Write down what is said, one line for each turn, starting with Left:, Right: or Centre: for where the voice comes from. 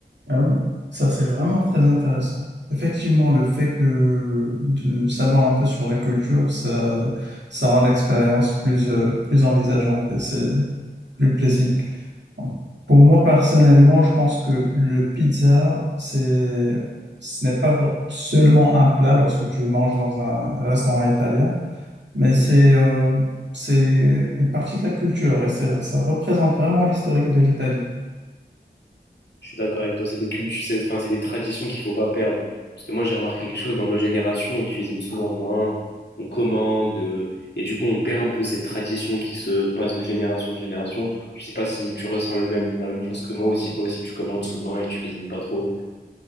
Right: Ah oui, ça c'est vraiment très intéressant. Effectivement, le fait de, de savoir un peu sur la culture, ça, ça rend l'expérience plus, euh, plus envisageante et c'est plus plaisible. Pour moi, personnellement, je pense que le pizza, c'est, ce n'est pas vr- seulement un plat lorsque tu manges dans un restaurant italien, mais
Left: Mhm.
Right: c'est euh, c'est une partie de la culture et c'est- ça représente vraiment l'historique de l'Italie.
Left: Je suis d'accord avec toi, c'est des cultures, c'est, enfin, c'est des traditions qu'il faut pas perdre. Parce que moi, j'ai remarqué quelque chose dans nos générations, on cuisine souvent moins, on commande, euh, et du coup, on perd un peu cette tradition qui se passe de génération en génération. Je sais pas si tu ressens le même, la même chose que moi aussi. Toi aussi, tu commandes souvent et tu cuisines pas trop.